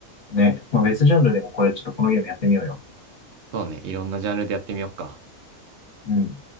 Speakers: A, on the left; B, on the right.
A: ね。まあ別ジャンルでもこれ、ちょっとこのゲームやってみようよ。
B: そうね。いろんなジャンルでやってみよっか。
A: うん。